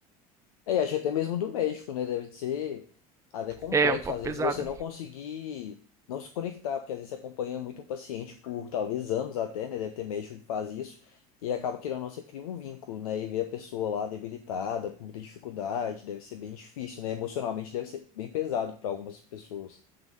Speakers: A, on the left (about 80°); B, on the right (about 15°).
A: É, e acho que até mesmo do México, né? Deve ser até complexo,
B: É um pouco
A: às vezes,
B: pesado.
A: você não conseguir não se conectar, porque às vezes você acompanha muito um paciente por talvez anos até, né? Deve ter médico que faz isso, e acaba querendo ou não, você cria um vínculo, né? E ver a pessoa lá debilitada, com muita dificuldade, deve ser bem difícil, né? Emocionalmente deve ser bem pesado para algumas pessoas.